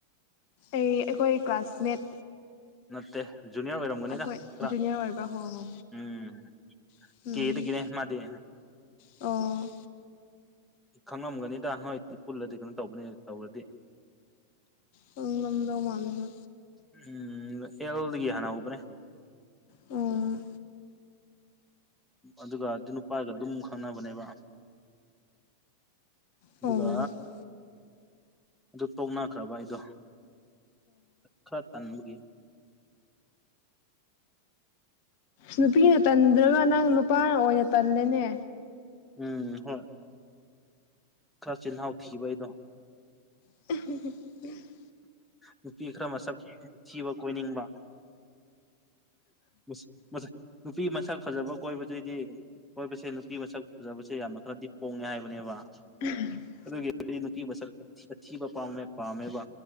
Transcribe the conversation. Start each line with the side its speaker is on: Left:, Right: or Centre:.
Left: ꯑꯩ ꯑꯩꯈꯣꯏ ꯀ꯭ꯂꯥꯁꯃꯦꯠ
Centre: ꯅꯠꯇꯦ ꯖꯨꯅꯤꯌ꯭ꯔ ꯑꯣꯏꯔꯝꯒꯅꯤꯅ
Left: ꯑꯩꯈꯣꯏ
Centre: ꯈꯔ
Left: ꯖꯨꯅꯤꯌꯔ ꯑꯣꯏꯕ꯭ꯔꯥ ꯍꯣ ꯍꯣ
Centre: ꯎꯝ
Left: ꯍꯣꯏ
Centre: ꯀꯦ ꯗꯒꯤꯅꯦ ꯃꯥꯗꯤ
Left: ꯑꯣ
Centre: ꯈꯪꯉꯝꯒꯅꯤꯗ ꯅꯣꯏꯗꯤ ꯄꯨꯜꯂꯗꯤ ꯑꯗꯨꯝ ꯇꯧꯕꯅꯦ ꯇꯧꯔꯗꯤ
Left: ꯈꯡꯒꯝꯗꯧ ꯃꯥꯟꯕ
Centre: ꯎꯝ ꯑꯦꯜꯗꯒꯤ ꯍꯥꯟꯅ ꯍꯧꯕꯅꯦ
Left: ꯑꯣ
Centre: ꯑꯗꯨꯒ ꯑꯗꯨ ꯅꯨꯄꯥꯒ ꯑꯗꯨꯝ ꯈꯪꯅꯕꯅꯦꯕ ꯑꯗꯨꯒ
Left: ꯑꯣ ꯑꯣ
Centre: ꯑꯗꯨ ꯇꯣꯛꯅꯈ꯭ꯔꯕ ꯑꯩꯗꯣ ꯈ꯭ꯔ ꯇꯟꯕꯒꯤ
Left: ꯅꯨꯄꯤꯅ ꯇꯟꯗ꯭ꯔꯒ ꯅꯪ ꯅꯨꯄꯥꯅ ꯑꯣꯏꯅ ꯇꯜꯂꯦꯅꯦ
Centre: ꯎꯝ ꯍꯣꯏ ꯈꯔ ꯆꯤꯜꯍꯥꯎ ꯊꯤꯕ ꯑꯩꯗꯣ
Left: <unintelligible>
Centre: ꯅꯨꯄꯤ ꯈꯔ ꯃꯁꯛ ꯊꯤꯕ ꯀꯣꯏꯅꯤꯡꯕꯥ ꯃꯤꯁ ꯃꯁꯛ ꯅꯨꯄꯤ ꯃꯁꯛ ꯐꯖꯕ ꯀꯣꯏꯕꯗꯩꯗꯤ ꯀꯣꯏꯕꯁꯦ ꯅꯨꯄꯤ ꯃꯁꯛ ꯐꯖꯕꯁꯦ ꯌꯥꯝꯅ ꯈꯔꯗꯤ ꯄꯣꯡꯉꯦ ꯍꯥꯏꯕꯅꯦꯕ
Left: <unintelligible>
Centre: ꯑꯗꯨꯒꯤꯗꯤ ꯅꯨꯄꯤ ꯃꯁꯛ ꯑꯊꯤ ꯑꯊꯤꯕ ꯄꯥꯝꯃꯦ ꯄꯥꯝꯃꯦꯕ